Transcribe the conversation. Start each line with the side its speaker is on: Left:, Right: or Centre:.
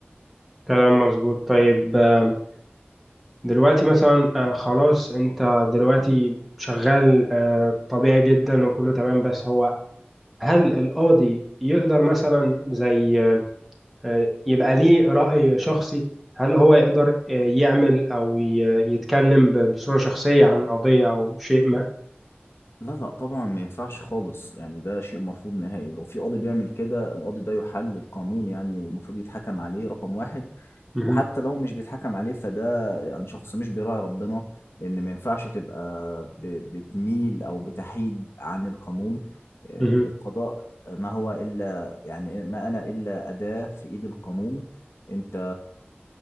Centre: كلام مظبوط طيب آم، دلوقتي مثلا آه، خلاص انت دلوقتي شغال آه، طبيعي جدا وكله تمام بس هو هل القاضي يقدر مثلا زي آه، يبقى ليه رأي شخصي هل هو يقدر آه، يعمل او ي- يتكلم ب- بصورة شخصية عن قضية او شيء ما
Left: لا لا طبعا ما ينفعش خالص يعني ده شيء مرفوض نهائي ولو في قاضي بيعمل كده القاضي ده يحل القانون يعني والمفروض يتحكم عليه رقم واحد
Centre: مهم.
Left: وحتى لو مش بيتحكم عليه فده يعني شخص مش بيراعي ربنا لأن ما ينفعش تبقى ب- بتميل أو بتحيد عن القانون آه،
Centre: مهم.
Left: القضاء ما هو إلا يعني ما أنا إلا أداة في إيد القانون أنت